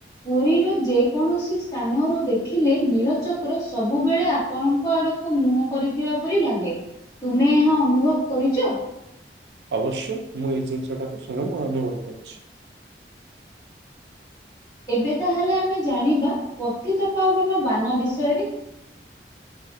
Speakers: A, on the left; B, on the right.
A: ପୁରୀର ଯେ କୌଣସି ସ୍ଥାନରୁ ଦେଖିଲେ ନୀଳଚକ୍ର ସବୁବେଳେ ଆପଣଙ୍କ ଆଡକୁ ମୁହଁ କରିଥିବା ପରି ଲାଗେ। ତୁମେ ଏହା ଅନୁଭବ କରିଚ?
B: ଅବଶ୍ୟ, ମୁଁ ଏଇ ଜିନିଷଟାକୁ ସ୍ଵୟଂ ଅନୁଭବ କରିଛି।
A: ଏବେ ତାହେଲେ ଆମେ ଜାଣିବା, ପତିତପାବନ ବାନା ବିଷୟରେ। <inaudible>